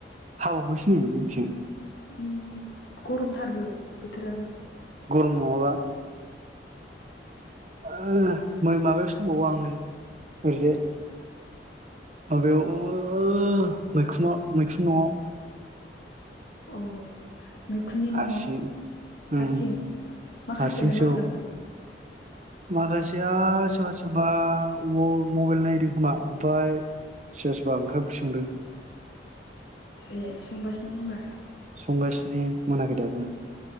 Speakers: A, on the right; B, on the left.
A: हाबावबायसो नै जोंथिं
B: ओम गरमथारबो। बोथोराबो।
A: नोआबा।
B: <inaudible>
A: ओं ना मै माबायाव सोंबावो आं नै ओरैजाय। माबायाव अओ ओ मैखुमाव। मैखुन न'आव।
B: अह। मैखुननि
A: हारसिं
B: न'आव
A: उम
B: हारसिं माखासेआलाय
A: हारसिंसो
B: मा खालामदों।
A: औ माखासेया सोरबा सोरबा औवअ मबाइल नायदों खोमा ओमफाय सोसबा ओंखाम ओंख्रि संदों।
B: ए संगासिनो होमबा
A: सं गासिनि मोनाखै दाबो।